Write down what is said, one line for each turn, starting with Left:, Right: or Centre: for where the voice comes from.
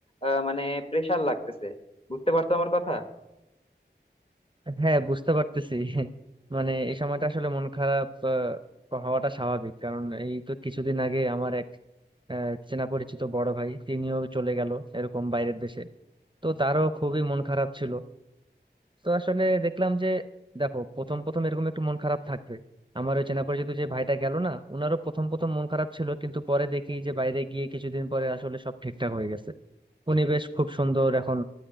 Left: আহ, মানে প্রেশার লাগতেছে বুঝতে পারছো আমার কথা
Right: হ্যাঁ বুঝতে পারতেছি মানে এই সময়টা আসলে মন খারাপ আহ, হওয়াটা স্বাভাবিক কারণ এই তো কিছুদিন আগে আমার এক আহ, চেনা পরিচিত বড় ভাই তিনিও চলে গেল এরকম বাইরের দেশে তো তারও খুবই মন খারাপ ছিল তো আসলে দেখলাম যে দেখো প্রথম প্রথম এরকম একটু মন খারাপ থাকবে আমার ওই চেনা পরিচিত যে ভাইটা গেল না উনারও প্রথম প্রথম মন খারাপ ছিল কিন্তু পরে দেখি যে বাইরে গিয়ে কিছুদিন পরে আসলে সব ঠিকঠাক হয়ে গেছে উনি বেশ খুব সুন্দর এখন